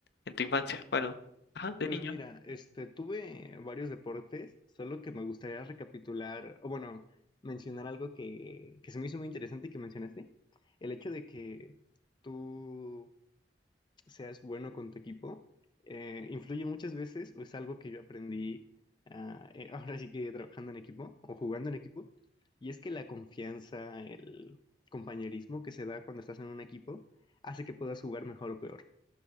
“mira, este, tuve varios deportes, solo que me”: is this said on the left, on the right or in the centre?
Left